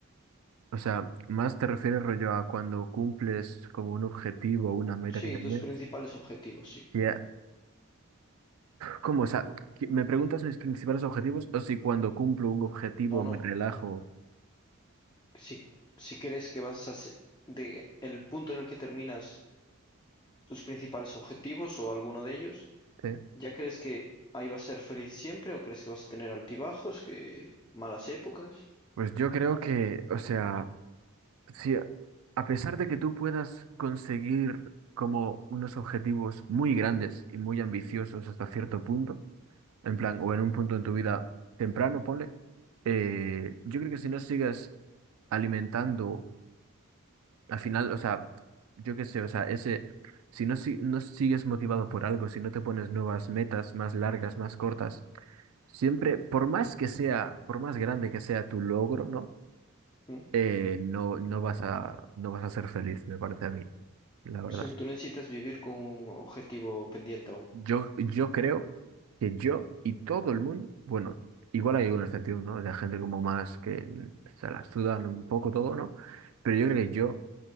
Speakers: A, on the right (about 75°); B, on the left (about 20°).
A: O sea, más te refieres rollo a cuando cumples como un objetivo o una meta
B: Sí,
A: que tenés.
B: tus principales objetivos, sí.
A: Ya, ¿Cómo? O sea, ¿qué- ¿me preguntas mis principales objetivos o si cuando cumplo un objetivo
B: ¿O no?
A: me relajo?
B: si, si crees que vas a se- de el punto en el que terminas tus principales objetivos o alguno de ellos,
A: ¿sí?
B: ¿ya crees que ahí vas a ser feliz siempre o crees que vas a tener altibajos, que malas épocas?
A: Pues yo creo que, o sea... Sí, a pesar de que tú puedas conseguir como unos objetivos muy grandes y muy ambiciosos hasta cierto punto, en plan, o en un punto en tu vida temprano, ponle, eh, yo creo que si no sigas alimentando, al final, o sea, yo qué sé, o sea, ese, si no, si- no sigues motivado por algo, si no te pones nuevas metas más largas, más cortas, siempre, por más que sea, por más grande que sea tu logro, ¿no?
B: ¿Mm?
A: Eh, no, no vas a, no vas a ser feliz, me parece a mí. la verdad.
B: O sea,
A: Sí.
B: que tú necesitas vivir con un objetivo pendiente aún.
A: Yo, yo creo que yo y todo el mundo, bueno, igual hay una excepción, ¿no? De gente como más que mm, se las sudan un poco todo, ¿no? Pero yo creo que yo